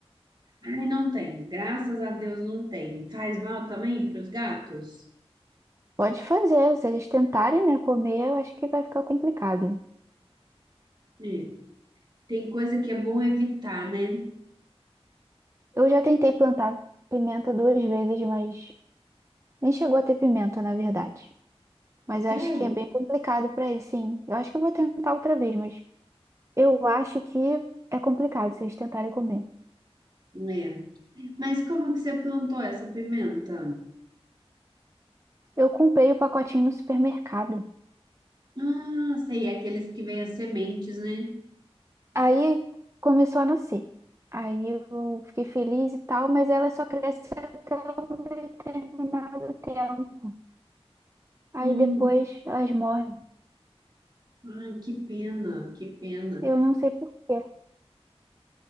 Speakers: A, on the right (about 45°); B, on the right (about 25°).
A: ai, não tenho. Graças a Deus não tenho. Faz mal também para os gatos?
B: Pode fazer. Se eles tentarem, né, comer, eu acho que vai ficar complicado.
A: É. Tem coisa que é bom evitar, né?
B: Eu já tentei plantar pimenta duas vezes, mas nem chegou a ter pimenta, na verdade. Mas
A: Sério?
B: eu acho que é bem complicado para eles, sim. Eu acho que eu vou tentar outra vez, mas eu acho que é complicado se eles tentarem comer.
A: É. Mas como que você plantou essa pimenta?
B: Eu comprei o pacotinho no supermercado.
A: Ah, sei, é aqueles que vêm as sementes, né?
B: Aí começou a nascer. Aí eu fiquei feliz e tal, mas ela só cresce até um determinado tempo. Aí
A: Hum,
B: depois elas morrem.
A: ai, que pena, que pena.
B: Eu não sei por quê.